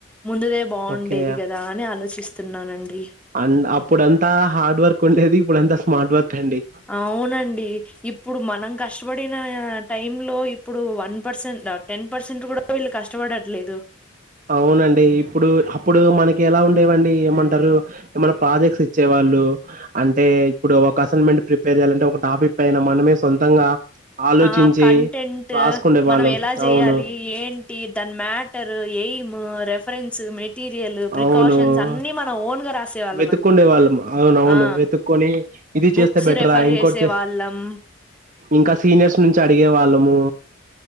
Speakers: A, in the centre; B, on the right.
A: ముందుదే బాగుండేది
B: ఓకే
A: గదా అని ఆలోచిస్తున్నానండి
B: అండ్ అప్పుడంతా హార్డ్ వర్కుండేది ఇప్పుడంతా స్మార్ట్ వర్క్ అండి
A: అవునండి ఇప్పుడు మనం కష్టపడిన టైంలో ఇప్పుడు వన్ పర్సెంట్ టెన్ పర్సెంట్ కూడా వీళ్ళు కష్టపడట్లేదు
B: అవునండి ఇప్పుడు హప్పుడు మనకేలా ఉండేవండి ఏమంటరు ఏమనా ప్రాజెక్ట్స్ ఇచ్చేవాళ్ళు అంటే ఇప్పుడు ఒక అసైన్మెంట్ ప్రిపేర్ జేయాలంటే ఒక టాపిక్ పైనా మనమే సొంతంగా ఆలోచించి
A: ఆ కంటెంట్
B: రాసుకుండే
A: మనమెలా
B: వాళ్ళం
A: చేయాలి
B: అవును
A: ఏంటి దాని మ్యాటర్ ఎయిమ్ ము రెఫరెన్స్ మిట్ మెటీర్యల్ ప్రికాషన్స్
B: అవును
A: అన్ని మన ఓన్గా రాసేవాళ్ళమండి
B: వెతుక్కుండే వాళ్ళం అవునవును
A: ఆ
B: వెతుక్కొని ఇది చేస్తే
A: బుక్స్
B: బెటరా
A: రెఫర్
B: ఇంకోటి
A: చేసే
B: చే
A: వాళ్ళం
B: ఇంకా సీనియర్సునుంచి అడిగే వాళ్ళము